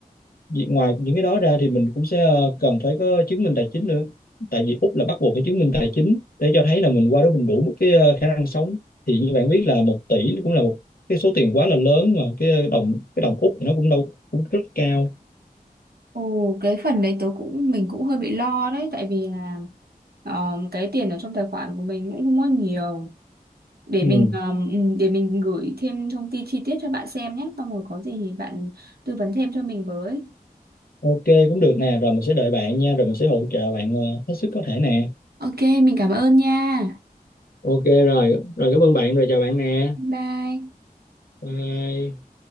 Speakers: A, on the left (about 70°); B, on the right (about 90°).
A: việc- ngoài những cái đó ra thì mình cũng sẽ à, cần phải có chứng minh tài chính nữa. Tại vì Úc là bắt buộc phải chứng minh tài chính để cho thấy là mình qua đó mình đủ một cái à, khả năng sống. Thì như bạn biết là một tỷ cũng là một cái số tiền quá là lớn mà cái đồng cái đồng Úc nó cũng đâu cũng rất cao.
B: Ồ, cái phần đấy tớ cũng mình cũng hơi bị lo đấy tại vì là ờ, cái tiền ở trong tài khoản của mình cũng không có nhiều để
A: Ừ.
B: mình ờ, ừ, để mình gửi thêm thông tin chi tiết cho bạn xem nhé xong rồi có gì thì bạn tư vấn thêm cho mình với.
A: Ok cũng được nè, rồi mình sẽ đợi bạn nha, rồi mình sẽ hỗ trợ bạn ờ, hết sức có thể nè.
B: Ok, mình cảm ơn nha.
A: Ok rồi, rồi cảm ơn bạn rồi chào bạn nè.
B: Bye.
A: Bye.